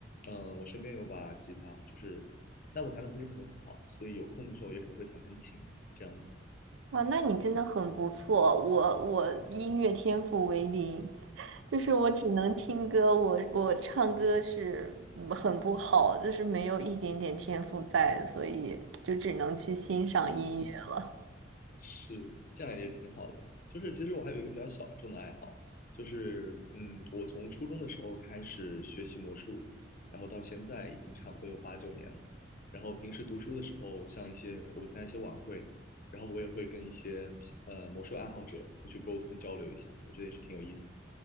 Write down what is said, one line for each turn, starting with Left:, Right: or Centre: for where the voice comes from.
Left: 嗯，我身边有把吉他，就是但我弹的不是很好，所以有空的时候也可能会弹弹琴这样子。
Right: 哇，那你真的很不错，我我音乐天赋为零，<laughs> 就是我只能听歌，我我唱歌是嗯很不好，就是没有一点点天赋在，所以就只能去欣赏音乐。
Left: 嗯。是，这样也挺好的。就是其实我还有一个比较小众的爱好，就是嗯，我从初中的时候开始学习魔术，然后到现在已经差不多有八九年了。然后平时读书的时候，像一些我参加一些晚会，然后我也会跟一些呃魔术爱好者会去沟通交流一下，我觉得也是挺有意思的。